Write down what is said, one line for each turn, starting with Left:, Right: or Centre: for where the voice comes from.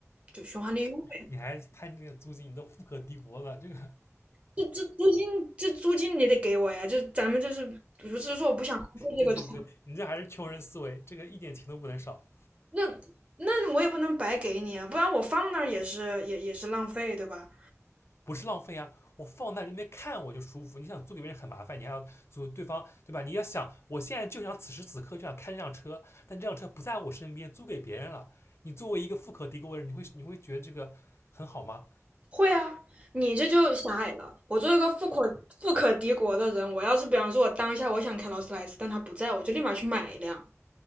Right: 就循环利用。
Left: 你还他那个租金你都富可敌国了，这个，
Right: 这这租金，这租金你得给我呀！就咱们这是不是说我不想浪费这个车？
Left: 对对对，你这还是穷人思维，这个一点钱都不能少，
Right: 那那我也不能白给你啊，不然我放那儿也是也也是浪费，对吧？
Left: 不是浪费啊！我放在这边看我就舒服，你想租给别人很麻烦，你还要租对方，对吧？你要想，我现在就想此时此刻就想开这辆车，但这辆车不在我身边，租给别人了，你作为一个富可敌国的人，你会你会觉得这个很好吗？
Right: 会啊，你这就狭隘了。我作为一个富可富可敌国的人，我要是比方说我当下我想开劳斯莱斯，但他不在，我就立马去买一辆。